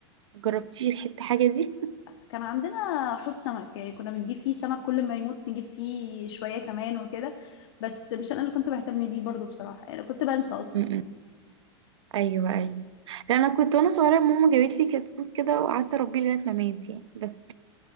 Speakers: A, on the right (about 80°); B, on the left (about 70°).
A: جربتيش الحتة حاجة دي
B: كان عندنا حوض سمك يعني كنا بنجيب فيه سمك كل ما يموت نجيب فيه شويه كمان وكده بس مش انا اللي كنت بهتم بيه برضو بصراحه يعني كنت بنسى اصلا
A: <laughs> ايوه ايوه لأن انا كنت وانا صغيره ماما جابت لي كتكوت كده وقعدت اربيه لغايه ما مات يعني بس